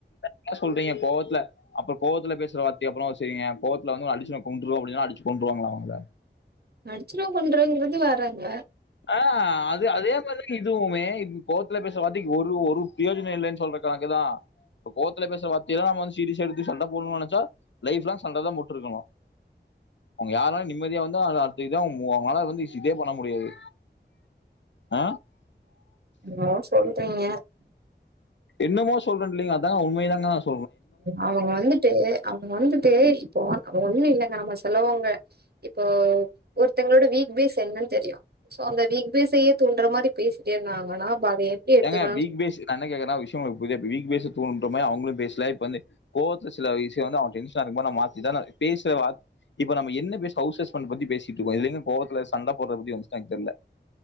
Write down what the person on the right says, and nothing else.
அடிச்சுட்றுவ கொண்றுவங்கறது வேர்றங்க
என்னமோ சொல்றீங்க
அவங்க வந்துட்டு அவங்க வந்துட்டு இப்போ ஒண்ணு இல்ல நம்ம சொல்லவோங்க இப்போ ஒருத்தங்களோட வீக் பேஸ் என்னன்னு தெரியு சோ அந்த வீக் பேஸ் செய்ய துன்ற மாரி பேசிட்டே இருந்தாங்கன்னா அப்ப அத எப்டி எடுத்துக்கணும்னு